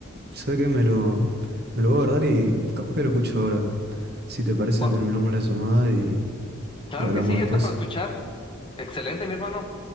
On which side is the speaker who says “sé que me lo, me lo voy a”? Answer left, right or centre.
Right